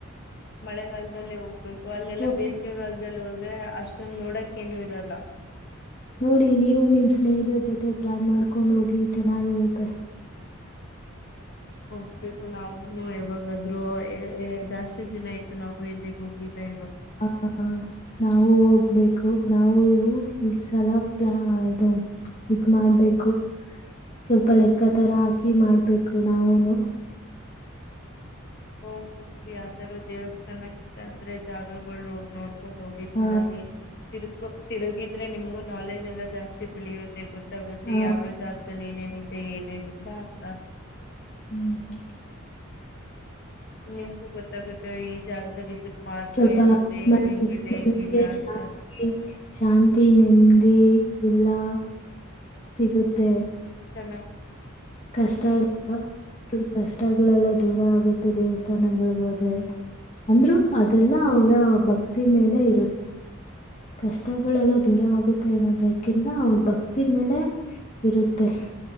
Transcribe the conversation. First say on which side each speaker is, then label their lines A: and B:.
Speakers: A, on the left; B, on the left.
A: ಮಳೆಗಾಲದಲ್ಲಿೇ ಹೋಗ್ಬೇಕು ಅಲ್ಲೆಲ್ಲಾ
B: ಓ-
A: ಬೇಸಿಗೆಗಾಲದಲ್ಲಿ ಹೋದ್ರೆ ಅಷ್ಟ. ಅಷ್ಟೊಂದು ನೋಡಕ ಏನು ಇರಲ್ಲ.
B: ನೋಡಿ ನೀವು ನಿಮ್ ಸ್ನೇಹಿತರ ಜೊತೆ ಪ್ಲಾನ್ ಮಾಡ್ಕೊಂಡ್ ಹೋಗಿ ಚೆನ್ನಾಗಿರುತ್ತೆ.
A: ಹೋಗ್ಬೇಕು ನಾವ್ನು ಯಾವಾಗಾದ್ರೂ ಏ ಏ ಜಾಸ್ತಿ ದಿನ ಆಯ್ತು ನಾವು ಎಲ್ಲಿಗ ಹೋಗಿದ್ದೆ.
B: ಹ ಹ ಹ ನಾವು ಹೋಗ್ಬೇಕು. ನಾವು ಈಸಲ ಪ್ಲಾ ಇದು ಇದ ಮಾಡ್ಬೇಕು. ಸ್ವಲ್ಪ ಲೆಕ್ಕ ತರ ಹಾಕಿ ಮಾಡ್ಬೇಕು ನಾವೂನು.
A: ಹೋಗ್ ಹೋಗಿ ಯಾವ್ದಾರೂ ದೇವಸ್ಥಾನಕ್ಕ ಇಲ್ಲ ಅಂದ್ರೆ ಜಾಗಗಳು ನೋಡ ಬೋದ. <unintelligible> ಡೋಗಿ
B: ಹ
A: ಚೆನ್ನಾಗಿ ತಿರಗ ತಿರಗಿದ್ರೆ ನಿಮಗೂ ನಾಲೆಡ್ಜ್ ಎಲ್ಲಾ ಜಾಸ್ತಿ ಬೆಳಿಯುದ. ಗೊತ್ತ ಗೊತ್ತ
B: ಹ
A: ಯಾವ್ಯಾವ ಜಾಗದಲ್ಲಿ ಏನೇನಿದೆ ಏನೇನಿಲ್ಲ ಅಂತ.
B: ನಿಜಾ.
A: ನಿಮ್ಗೂ ಗೊತ್ತಾಗುತ್ತೆ ಈ ಜಾಗದಲ್ಲಿ. ಇದ್ರ ಮಹತ್ವ
B: ಸ್ವಲ್ಪ
A: ಇರುತ್ತೆ
B: ಮನಸಿಗ
A: ಇದು ಹಿಂಗಿದೆ
B: ಮನಸ್ಸಗೆ
A: ಹಿಂಗಿಲ್ಲ
B: ಶಾಂತಿ
A: ಅಂತ
B: ಶಾಂತಿ ನೆಮ್ಮದಿ. ಎಲ್ಲಾ ಸಿಗುತ್ತೆ.
A: ಚೆನ್ನಾಗ.
B: ಕಷ್ಟ ಎಲ್ಲ ಕಷ್ಟಗಳೆಲ್ಲ ದೂರ ಆಗುತ್ತೆ ದೇವಸ್ಥ ತನಗಳಲೀ ಹೋದ್ರೆ ಅಂದ್ರರು ಅದೆಲ್ಲ ಅವ್ರ ಭಕ್ತಿ ಮೇಲೆ ಇರುತ್ತ. ಕಷ್ಟಗಳೆಲ್ಲ ದೂರ ಆಗುತ್ತೆ ಅನ್ನೋದಕ್ಕಿಂತ ಅವ್ರ ಭಕ್ತಿ ಮೇಲೆ ಇರುತ್ತೆ